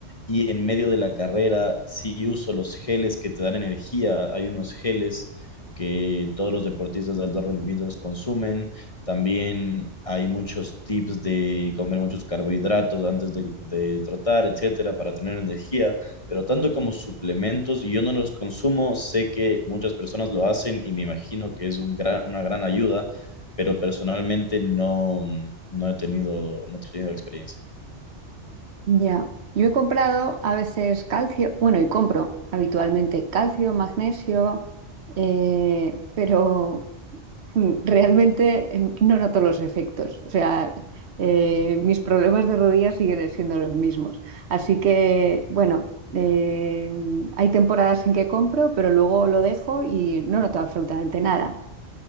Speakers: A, on the left; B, on the right.
A: y en medio de la carrera sí uso los geles que te dan energía. Hay unos geles que todos los deportistas de alto rendimiento los consumen. También hay muchos tips de comer muchos carbohidratos antes de, de trotar, etcétera, para tener energía pero tanto como suplementos, y yo no los consumo, sé que muchas personas lo hacen y me imagino que es un gran, una gran ayuda, pero personalmente no, no he tenido, no he tenido experiencia.
B: Ya. Yo he comprado a veces calcio, bueno, y compro habitualmente calcio, magnesio, eh, pero Mm, Realmente em, no noto los efectos, o sea, eh, mis problemas de rodillas siguen siendo los mismos. Así que, bueno, eh, hay temporadas en que compro, pero luego lo dejo y no noto absolutamente nada.